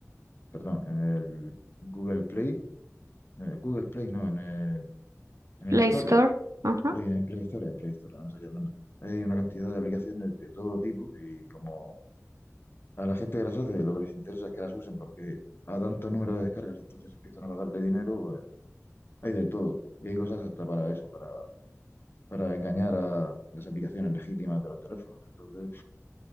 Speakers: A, on the left; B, on the right.
A: perdón, en el Google Play, eh, Google Play no, en el, en el
B: Play
A: Store,
B: Store, ajá.
A: Play- en Play Store, en Play Store, no sé qué el nombre. Hay una cantidad de aplicaciones de todo tipo y como a la gente que las hace, lo que les interesa es que las usen porque a tanto número de descargas, entonces empiezan a pagarle dinero, pues hay de todo. Y hay cosas hasta para eso, para, para engañar a las aplicaciones legítimas de los teléfonos. Entonces,